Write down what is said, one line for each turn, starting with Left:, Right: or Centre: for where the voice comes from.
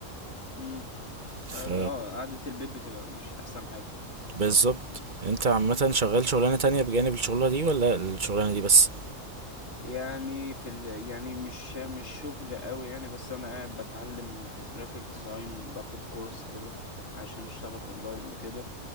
Left: امم
Right: ف
Left: اه قعدة البيت بتبقى مش احسن حاجة
Right: بالظبط انت عامة شغال شغلانة تانية بجانب الشغلانة دي ولا الشغلانة دي بس
Left: يعني في ال... يعني مش مش شغل قوي يعني بس انا قاعد بتعلم جرافيك ديزاين باخد كورس كده عشان اشتغل اونلاين وكده